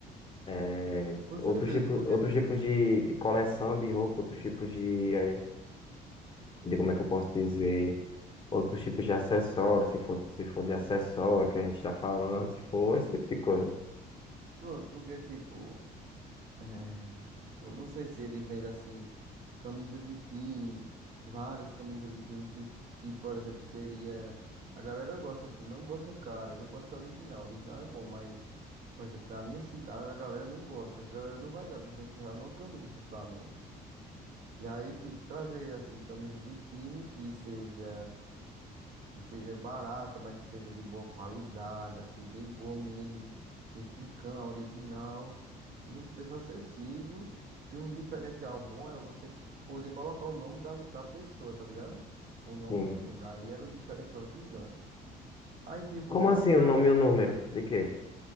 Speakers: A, on the left; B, on the right.
A: é,
B: Com
A: outros
B: certeza,
A: tipos
B: porque
A: outros
B: tipo,
A: tipos de, de coleção de roupa, outros tipos de, é, de como é que eu posso dizer, outros tipos de acessórios, se for se for de acessório que a gente está falando, se for esse tipo de coisa.
B: pronto, porque tipo. É, eu não sei se ele vende assim, camisa de time, várias camisas de time que, que, por exemplo, seria. A galera gosta assim, não gosta cara, não gosta original. Original é bom, mas, por exemplo, na minha cidade a galera não gosta. A galera não vai dar 200 reais numa camisa do Flamengo. E aí, tipo, trazer assim, camisa de time que seja que seja barata, mas que seja de boa qualidade, assim, bem boa mesmo, replicando a original e num preço acessível. E um diferencial bom era você poder colocar o nome da, da pessoa, tá ligado? O nome
A: Sim.
B: e o número. Aí era um diferencial gigante. Aí, tipo,
A: Como
B: não
A: assim
B: trazer
A: o nome e o número? De quê?